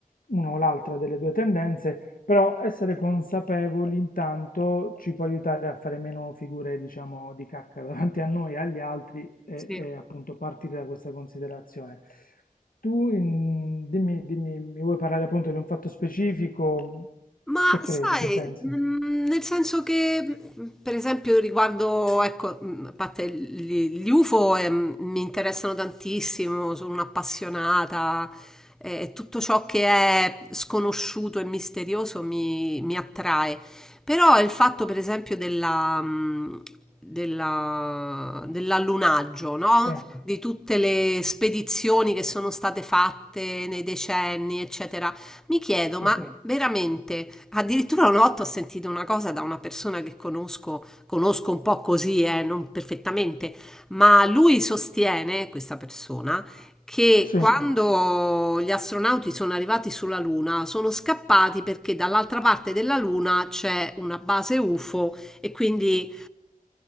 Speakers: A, on the left; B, in the centre.
A: uno o l'altra delle due tendenze, però essere consapevoli intanto ci può aiutare a fare meno figure, diciamo, di cacca davanti a noi e agli altri e,
B: Sì.
A: e appunto partire da questa considerazione. Tu in- dimmi, dimmi, mi vuoi parlare appunto di un fatto specifico?
B: Ma
A: Che
B: sai,
A: credi, che pensi?
B: mhmm, nel senso che, mhmm, per esempio riguardo ecco, mhmm, a parte gli gli UFO, ehm, mi interessano tantissimo, sono un'appassionata e e tutto ciò che è sconosciuto e misterioso mi mi attrae. Però il fatto per esempio della mhmm, della dell'allunaggio, no,
A: Sì,
B: di tutte le spedizioni che sono state fatte nei decenni, eccetera mi chiedo,
A: sì,
B: ma Sì. veramente, addirittura una volta ho sentito una cosa da una persona che conosco, conosco un po' così, eh, non perfettamente, ma lui sostiene, questa persona, che
A: sì.
B: Sì. quando gli astronauti sono arrivati sulla Luna sono scappati perché dall'altra parte della Luna c'è una base UFO e quindi